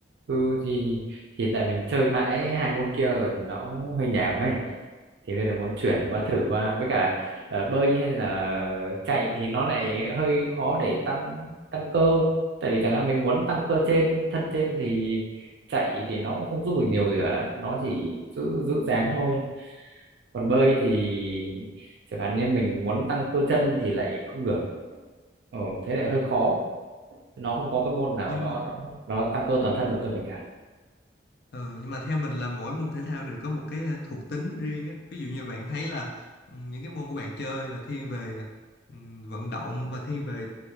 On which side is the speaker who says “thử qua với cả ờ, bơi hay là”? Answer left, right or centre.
Right